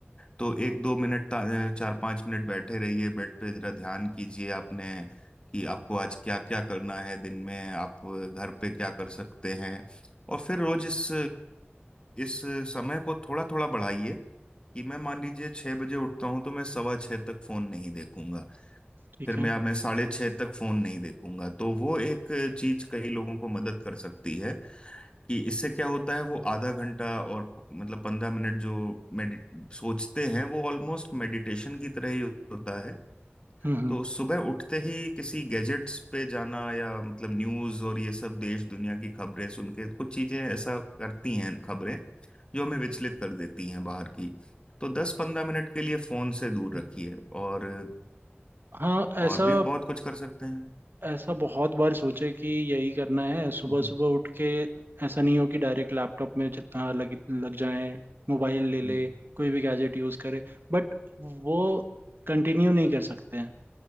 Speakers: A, on the left (about 25°); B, on the right (about 55°).
A: तो एक दो मिनट ता- चार पांच मिनट बैठे रहिए बेड पे जरा ध्यान कीजिए आपने कि आपको आज क्या क्या करना है दिन में आप घर पे क्या कर सकते हैं और फिर रोज इस इस समय को थोड़ा थोड़ा बढ़ाइए कि मैं मान लीजिए छह बजे उठता हूँ तो मैं सवा छः तक फोन नहीं देखूंगा
B: ठीक
A: फिर मैं
B: है
A: मैं साढ़े छः तक फोन नहीं देखूंगा तो वो एक चीज कई लोगों को मदद कर सकती है कि इससे क्या होता है वो आधा घंटा और मतलब पंद्रह मिनट जो मेडि सोचते हैं वो ऑलमोस्ट मेडिटेशन की तरह ही होता है
B: हम्म हम्म
A: तो सुबह उठते ही किसी गैजेट्स पे जाना या मतलब न्यूज़ और ये सब देश दुनिया की खबरें सुन के कुछ चीज़ें ऐसा करती हैं खबरें जो हमें विचलित कर देती हैं बाहर की तो दस पंद्रह मिनट के लिए फ़ोन से दूर
B: हम्म।
A: रखिए और
B: हाँ ऐसा
A: और भी बहुत कुछ कर सकते हैं
B: ऐसा बहुत बार सोचे कि यही करना है सुबह
A: हम्म,
B: सुबह उठ के ऐसा नहीं हो कि डायरेक्ट लैपटॉप में ज- आ, लग लग जाए मोबाइल ले ले
A: हम्म।
B: कोई भी गैजेट यूज़ करे बट वो कंटिन्यू नहीं कर सकते हैं